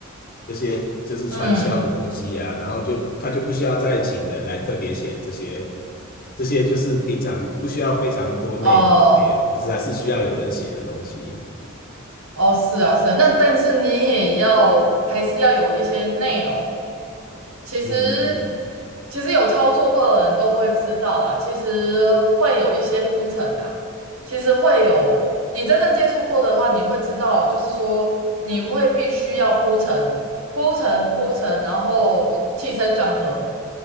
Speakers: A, on the left (about 45°); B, on the right (about 85°).
A: 这些就是传销的东西啊，
B: 嗯，
A: 然后就他就不需要再请人来特别写这些这些就是平常不需要非常多内涵的内容，
B: 哦，
A: 可是还是需要有人写的东西。
B: 哦，是啊，是啊，那但是你也要还是要有一些内容。其实
A: 嗯嗯
B: 其实有操作过的人都会知道啦，其实会有一些铺陈啊，其实会有，你真的接触过的话，你会知道，就是说你会必须要铺陈、铺陈、铺陈，然后起承转合，